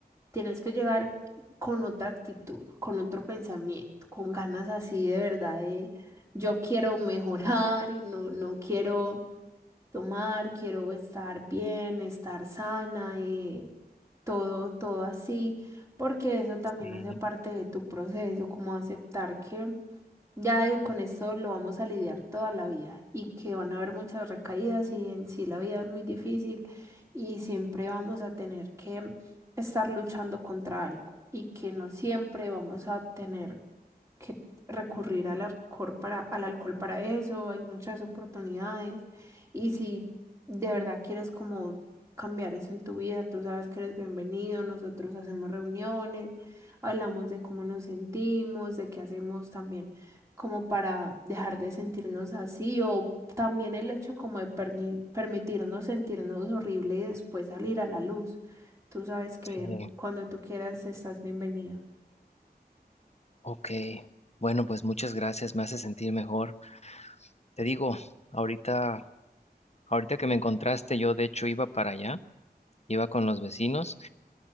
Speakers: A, on the right (about 15°); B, on the left (about 40°).
A: Tienes que llegar con otra actitud, con otro pensamiento, con ganas así de verdad de yo quiero mejorar y no, no quiero tomar, quiero estar bien, estar sana y todo, todo así, porque eso también
B: Sí,
A: hace parte de tu proceso, como aceptar que ya eh, con esto lo vamos a lidiar toda la vida y que van a haber muchas recaídas y en sí la vida es muy difícil y siempre vamos a tener que estar luchando contra algo y que no siempre vamos a tener que recurrir al alcohol para, al alcohol para eso, hay muchas oportunidades. Y si de verdad quieres como cambiar eso en tu vida, tú sabes que eres bienvenido, nosotros hacemos reuniones, hablamos de cómo nos sentimos, de qué hacemos también como para dejar de sentirnos así o también el hecho como de perni- permitirnos sentirnos horrible y después salir a la luz. Tú sabes que
B: sí.
A: cuando tú quieras estás bienvenido.
B: Ok, bueno, pues muchas gracias, me hace sentir mejor. Te digo, ahorita, ahorita que me encontraste, yo de hecho iba para allá, iba con los vecinos,